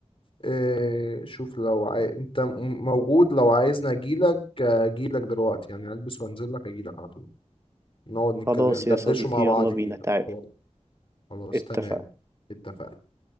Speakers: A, on the left; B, on the right.
A: إيه شوف لو عاي... انت م- موجود لو عايزني اجيلك اجيلك دلوقتي يعني البس وانزل لك اجيلك على طول نقعد نتكلم
B: خلاص
A: ندردشوا
B: يا صديقي
A: مع
B: يلا
A: بعض
B: بينا
A: فيه
B: تعال
A: الحوار. خلاص
B: اتفقنا
A: تمام اتفقنا